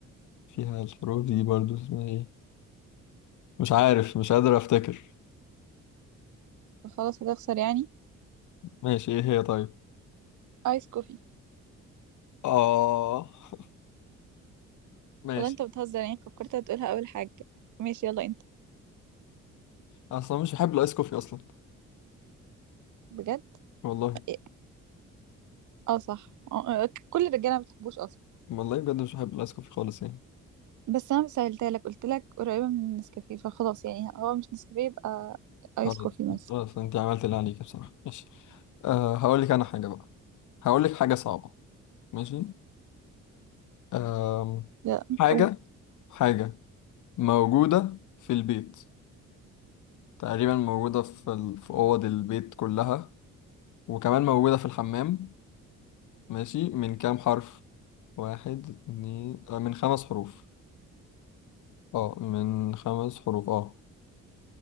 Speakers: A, on the left (about 75°); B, on the right (about 75°).
A: فيها الحروف دي برضو اسمها ايه مش عارف مش قادر افتكر
B: خلاص هتخسر يعني
A: ماشي ايه هي طيب
B: ايس كوفي
A: اه <laughs> ماشي
B: والله انت بتهزر يعني فكرت هتقولها اول حاجة ماشي يلا انت
A: اصلا مش بحب الايس كوفي اصلا
B: بجد
A: والله
B: إيه؟ اه صح آه، آه، كل الرجالة ما بتحبوش اصلا
A: والله بجد مش بحب الايس كوفي خالص يعني
B: بس انا سألتها لك قلت لك قريبة من النسكافيه فخلاص يعني هو مش نسكافيه يبقى ايس
A: خلاص
B: كوفي مثلا
A: خلاص انت عملت اللي عليك بصراحة ماشي أه هقول لك انا حاجة بقى هقول لك حاجة صعبة ماشي أه
B: لا
A: حاجة
B: أو-
A: حاجة موجودة في البيت تقريبا موجودة في ال... في أوض البيت كلها وكمان موجودة في الحمام ماشي من كام حرف واحد اتنين آه، من خمس حروف اه من خمس حروف اه